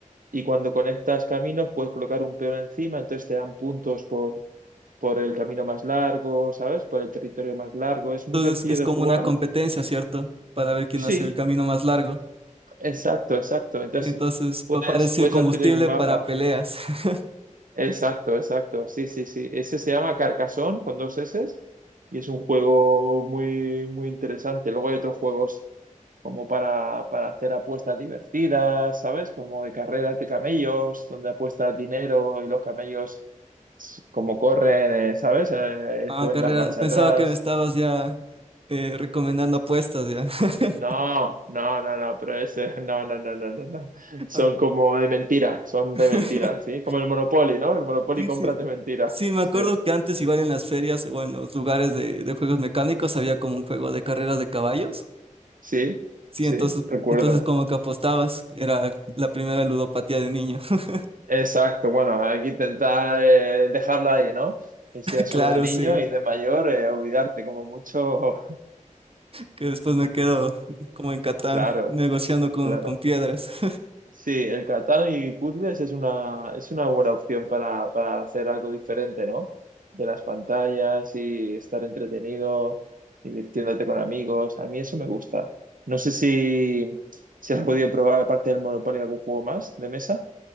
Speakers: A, on the right; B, on the right.
A: Y cuando conectas caminos, puedes colocar un peón encima, entonces te dan puntos por, por el camino más largo, ¿sabes? Por el territorio más largo. Es
B: Entonces
A: muy sencillo
B: es
A: de
B: como
A: jugar.
B: una competencia, ¿cierto? Para ver quién
A: Sí,
B: hace el camino más largo.
A: exacto, exacto. Entonces,
B: Y entonces pa-
A: puedes,
B: parece
A: puedes
B: combustible
A: adquirir un mapa.
B: para peleas. <laughs>
A: Exacto, exacto. Sí, sí, sí. Ese se llama Carcassonne con dos S y es un juego muy, muy interesante. Luego hay otros juegos como para, para hacer apuestas divertidas, ¿sabes? Como de carreras de camellos, donde apuestas dinero y los camellos, s- como corren, eh, ¿sabes? Eh,
B: Ah,
A: eh, pueden
B: carrera,
A: dar marcha
B: pensaba
A: atrás.
B: que me estabas ya eh, recomendando apuestas, ya. <laughs>
A: No, no, no, no, pero ese, <laughs> no, no, no, no, no, no. Son
B: Ah,
A: como de mentira, son
B: <laughs>
A: de mentira, ¿sí? Como el Monopoly, ¿no? El Monopoly
B: Sí,
A: compras
B: sí.
A: de mentira.
B: Sí, me
A: Sí.
B: acuerdo que antes igual en las ferias o en los lugares de, de juegos mecánicos había como un juego de carreras de caballos.
A: Sí,
B: Sí,
A: sí,
B: entonces,
A: recuerdo.
B: entonces como que apostabas, era la primera ludopatía de niño. <laughs>
A: Exacto, bueno, hay que intentar eh, dejarla ahí, ¿no? Que sea solo
B: Claro,
A: de niño
B: sí,
A: y de mayor, eh, olvidarte como mucho. <laughs>
B: que después me quedo como en Catán,
A: Claro,
B: negociando con,
A: claro.
B: con piedras. <laughs>
A: Sí, el Catán y puzzles es una, es una buena opción para, para hacer algo diferente, ¿no? De las pantallas y estar entretenido, divirtiéndote con amigos. A mí eso me gusta. No sé si, si has podido probar, aparte del Monopoly, algún juego más de mesa.